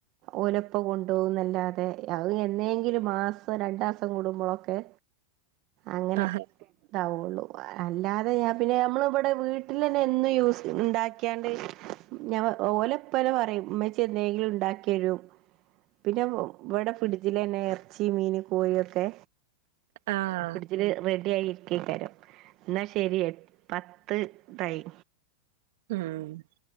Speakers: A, on the right; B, on the right.
A: ഓലുപ്പ കൊണ്ടുന്നല്ലാത മേ ആഎന്നെങ്കിലും മാസം രണ്ട് മാസം കൂടുമ്പോളൊക്കെ അങ്ങനെ
B: ആഹ്
A: ഇതാവള്ളൂ അല്ലാതെ ഞാ പിന്നെ നമ്മളിവിടെ വീട്ടിൽ തന്നെ എന്നും യൂസ് ഉണ്ടാക്കിയാണ്ട് ഞ ഓല പോലെ പറയും ഉമ്മ ചെന്നെങ്കിലും ഉണ്ടാക്കി എഴും പിന്നെ ഇവിടെ ഫിഡജില തന്നെ ഇറച്ചി മീൻ കോഴിയ ഒക്കെ
B: ആഹ്
A: പിടിച്ചിട്ട റെഡി ആയി എന്നാൽ ശരി പത്ത് തായി
B: ഉം